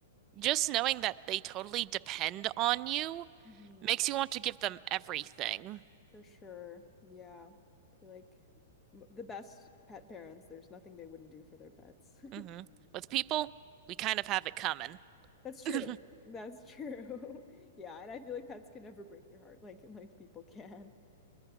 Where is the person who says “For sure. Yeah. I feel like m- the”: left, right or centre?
Left